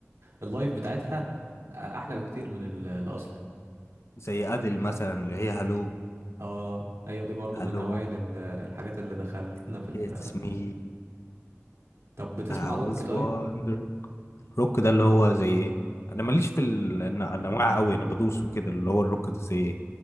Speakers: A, on the right; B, on the left.
A: اللايف بتاعتها أحلى بكتير من ال- الأصل
B: زي أديل مثلا اللي هي هالو
A: اه أيوة دي برضو
B: hello
A: من أوائل ال- الحاجات اللي دخلتنا في ال...
B: it's me
A: طب بتسمع
B: I
A: روك
B: was
A: طيب
B: wondering روك ده اللي هو زي ايه انا ماليش في ال- الن- الانواع قوي انا بدوس وكده اللي هو الروك ده زي ايه